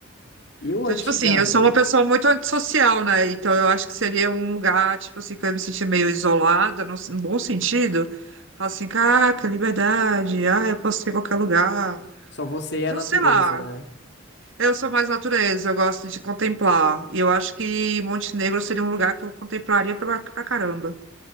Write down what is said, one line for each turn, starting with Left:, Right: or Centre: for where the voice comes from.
Left: Eu
Right: Então,
Left: antigamente,
Right: tipo assim, eu sou uma pessoa muito antissocial, né? Então, eu acho que seria um lugar, tipo assim, que eu ia me sentir meio isolada, no, no bom sentido. Falar Assim, caraca, liberdade, ah, eu posso ir em qualquer lugar.
Left: só você e
Right: Então,
Left: a natureza,
Right: sei lá,
Left: né?
Right: eu sou mais natureza, eu gosto de contemplar. E eu acho que Montenegro seria um lugar que eu contemplaria pra, pra caramba.